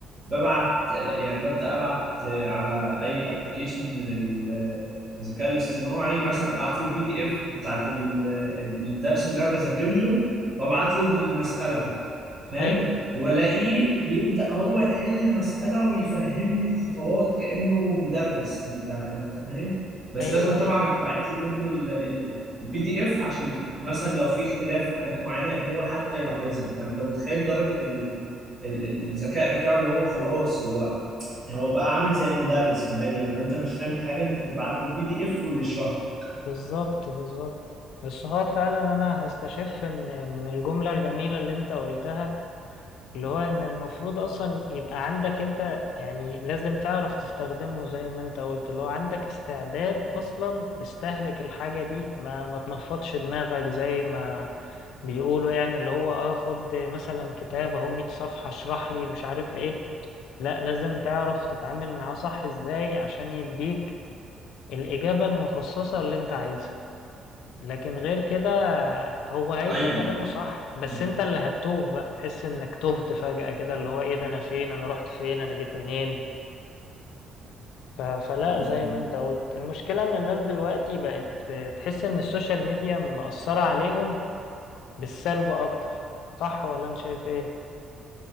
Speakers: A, on the right; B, on the left.
A: ببعت آه يعني ببدأ ابعت آه على اي ابلكيشن من ال- آه، الذكاء الاصطناعي مثلا ابعت له البي دي اف بتاعت ال- آه، ال- الدرس اللي انا بذاكر له وابعت له المسألة فاهم
B: ايوه
A: والاقيه بيبدأ هو يحل المسألة ويفهمني الخطوات كأنه مدرس انت انت فاهم بس
B: ايوه
A: لازم طبعا
B: ايوه
A: ابقى باعت له برضه البي دي اف عشان مثلا لو في اختلاف في حاجات معينة هو حتى يلاحظها فانت متخيل درجة ال... ال... ال- الذكاء بتاعه اللي هو خلاص هو هو بقى عامل زي المدرس كمان يعني لو انت مش فاهم حاجة انت تبعت له البي دي اف ويشرح لك
B: بالظبط بالظبط بس هو فعلا انا هستشف من من الجملة الجميلة اللي انت قلتها اللي هو ان المفروض اصلا يبقى عندك انت يعني لازم تعرف تستخدمه زي ما انت قلت اللي هو عندك استعداد اصلا تستهلك الحاجة دي ما ما تنفضش دماغك زي ما بيقولوا يعني اللي هو اه خد مثلا كتاب اهو 100 صفحة اشرح لي مش عارف ايه لا لازم تعرف تتعامل معاه صح ازاي عشان يديك الإجابة المخصصة اللي انت عايزها لكن غير كده هو هيبقى
A: ايوه
B: كلامه صح
A: م-
B: بس انت اللي هتتوه بقى هتحس انك تهت فجأة كده اللي هو ايه ده انا فين انا رحت فين انا جيت منين ف... فلا
A: م-
B: زي ما انت قلت المشكلة ان الناس دلوقتي بقت تحس ان السوشيال ميديا مأثرة عليهم بالسلب اكتر صح ولا انت شايف ايه